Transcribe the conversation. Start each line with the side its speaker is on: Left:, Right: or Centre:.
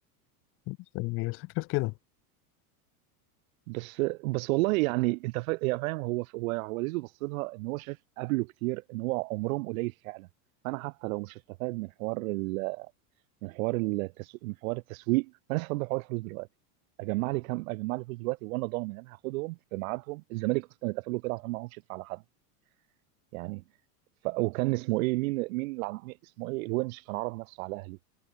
Left: بس هي الفكرة في كده
Right: بس بس والله يعني انت فا... يا فاهم هو هو هو زيزو بص لها ان هو شايف قبله كتير ان هو عمرهم قليل فعلا فانا حتى لو مش هستفاد من حوار ال... من حوار التسويق من حوار التسويق فانا استفاد بحوار الفلوس دلوقتي اجمع لي كام اجمع لي فلوس دلوقتي وانا ضامن ان انا هاخدهم في ميعادهم الزمالك اصلا اتقفل له كده عشان ما عرفش يدفع لحد يعني ف... وكان اسمه ايه مين مين, الع... مين اسمه ايه الونش كان عرض نفسه على الاهلي